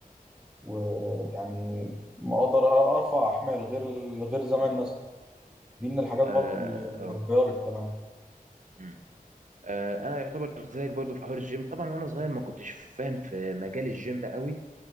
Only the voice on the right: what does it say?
مم،
مم.
اه
اه
مم. آه، انا يعتبر زيك برضو في حوار الجيم طبعا وانا صغير ما كنتش فاهم في مجال الجيم قوي